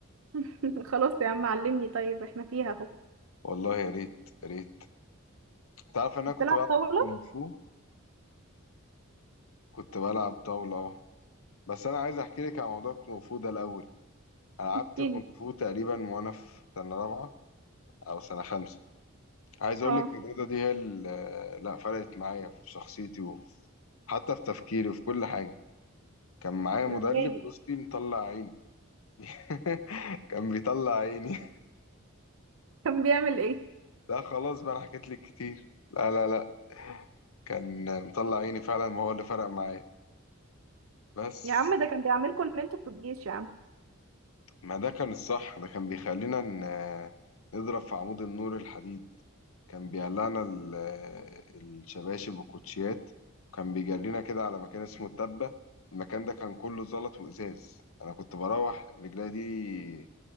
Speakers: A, on the right; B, on the left.
A: <laughs> خلاص يا عم علمني طيب احنا فيها اهو
B: والله يا ريت يا ريت تعرف ان
A: بتلعب
B: انا كنت بلعب
A: طاولة
B: كونغ فو كنت بلعب طاوله أهو. بس انا عايز احكي لك عن موضوع الكونغ فو ده الاول لعبت
A: احكيلي
B: كونغ فو تقريبا وانا في سنه رابعه او سنه خمسه عايز اقول
A: اه
B: لك الرياضه دي هي اللي لا فرقت معايا في شخصيتي وفي حتى في تفكيري وفي كل حاجه كان معايا مدرب
A: ازاي بقى؟
B: بصي مطلع عيني <laughs> كان بيطلع عيني
A: كان بيعمل ايه
B: <laughs> لا خلاص بقى انا حكيت لك كتير لا لا لا كان مطلع عيني فعلا ما هو اللي فرق معايا بس
A: يا عم ده كان بيعملكوا ان انتوا في الجيش يا عم
B: ما ده كان الصح ده كان بيخلينا ن- نضرب في عمود النور الحديد كان بيقلعنا ال- الشباشب والكوتشيات وكان بيجرينا كده على مكان اسمه الدبة المكان ده كان كله زلط وإزاز أنا كنت بروح رجلي دي